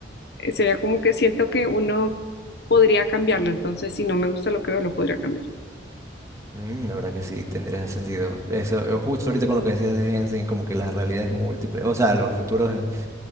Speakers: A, on the left; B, on the right.
A: eh, sería como que siento que uno podría cambiarlo, entonces si no me gusta lo que veo, lo podría cambiar.
B: Mm, la verdad que sí, tendría ese sentido. Eso, eh, justo ahorita con lo que decías de Jensen, como que las realidades múltiples, o sea, los futuros eh,